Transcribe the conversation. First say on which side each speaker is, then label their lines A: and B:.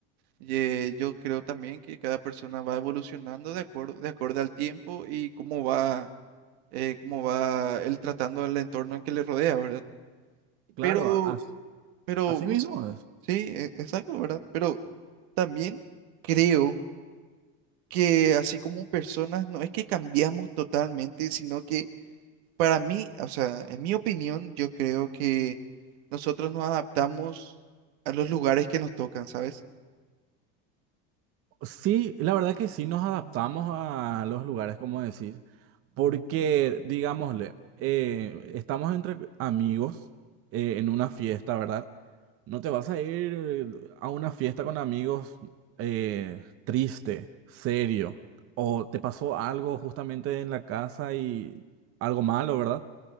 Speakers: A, on the right; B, on the right.
A: Ye- yo creo también que cada persona va evolucionando de acuerdo, de acuerdo al tiempo y cómo va, eh, cómo va él tratando el entorno en que le rodea, ¿verdad?
B: Claro,
A: Pero,
B: a- as-
A: pero,
B: así
A: vos-
B: mismo es.
A: sí, e- exacto, ¿verdad? Pero También creo que así como personas, no es que cambiamos totalmente, sino que para mí, o sea, en mi opinión, yo creo que nosotros nos adaptamos a los lugares que nos tocan, ¿sabes?
B: Sí, la verdad que sí nos adaptamos a los lugares, como decís, porque, digámosle, eh, estamos entre amigos eh, en una fiesta, ¿verdad? No te vas a ir a una fiesta con amigos eh, triste, serio, o te pasó algo justamente en la casa y algo malo, ¿verdad?